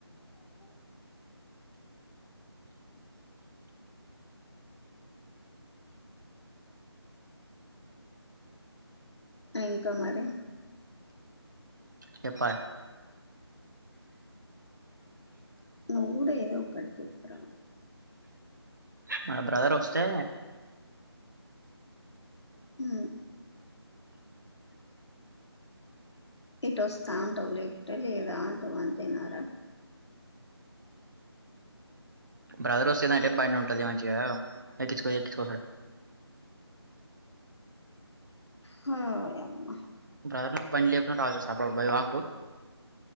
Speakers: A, on the left (about 80°); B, on the right (about 45°).
A: కాదు ఇంకా మరి
B: చెప్పలి
A: నువ్వు కూడా ఏదో ఒకటి చెప్పురా
B: మన బ్రదర్ వస్తే
A: హు ఇటు వస్తా ఉంటావు లేకుట లేదా అంటావు అంతేనారా
B: బ్రదర్ వస్తే ఏదంటే బండి ఉంటుది మంచిగా ఎక్కించుకో ఎక్కించుకోస
A: హ యమ్మ
B: బ్రదర్ ఉన్నప్పుడు బండి లేకపోయిన కాల్ చేసా అపుడప్పుడు భై వాకు